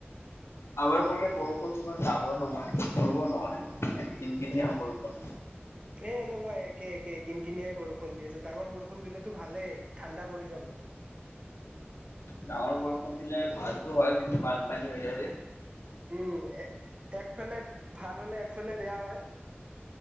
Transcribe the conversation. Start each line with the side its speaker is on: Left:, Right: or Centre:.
Left: আমাৰ বৰষুণ তোমাৰ ডাঙৰ নহয় সৰু নহয় মানে কিনখিনীয়া বৰষুণ।
Right: এ এনেকুৱা একে একে কিন কিনিয়াই বৰষুণ দি আছে ডাঙৰ বৰষুণ দিলেতো ভালেই, ঠাণ্ডা পৰি যাব।
Left: ডাঙৰ বৰষুণ দিলে ভালতো হয় কিন্তু বানপানী হৈ যায় যে।
Right: উম একফালে ভাল হলে একফালে বেয়া হয়।